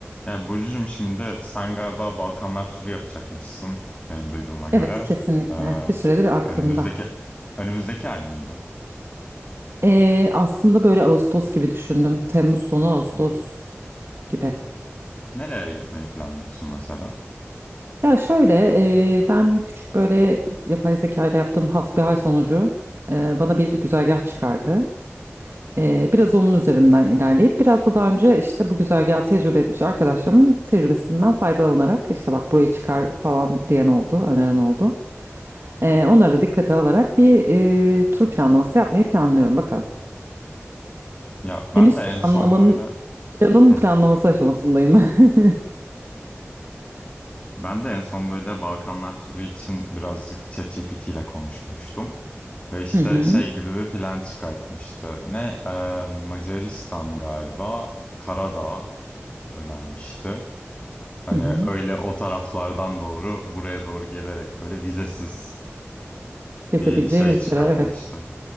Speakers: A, on the left; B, on the right.
A: Ya Burcu'cum şimdi sen galiba Balkanlar turu yapacakmışsın benim duyduğuma göre.
B: Evet kesinlikle
A: Ee,
B: bir süredir aklımda.
A: önümüzdeki önümüzdeki ay mıydı?
B: Ee, aslında böyle Ağustos gibi düşündüm. Temmuz sonu Ağustos
A: Hı hı.
B: gibi.
A: Nerelere gitmeyi planlıyorsun mesela?
B: Ya şöyle e, ben küçük böyle yapay zeka ile yaptığım hasbihal sonucu e, bana bir güzergah çıkardı. E, biraz onun üzerinden ilerleyip biraz da daha önce işte bu güzergahı tecrübe etmiş arkadaşlarımın tecrübesinden faydalanarak işte bak burayı çıkar falan diyen oldu, öneren oldu. E, onları da dikkate alarak bir e, tur planlaması yapmayı planlıyorum bakalım.
A: Ya
B: Henüz
A: ben de en
B: planlamanın
A: son böyle
B: Planın
A: Hı.
B: planlaması aşamasındayım. <laughs>
A: ben de en son böyle Balkanlar turu için birazcık ChatGPT ile konuşmuştum. Ve işte
B: Hı hı.
A: şey gibi bir plan çıkartmıştı. Ne? Ee, Macaristan galiba Karadağ önermişti. Hani
B: Hı hı.
A: öyle o taraflardan doğru buraya doğru gelerek böyle vizesiz
B: Gezebileceğin
A: bir şey
B: ülkeler
A: çıkartmıştı.
B: evet.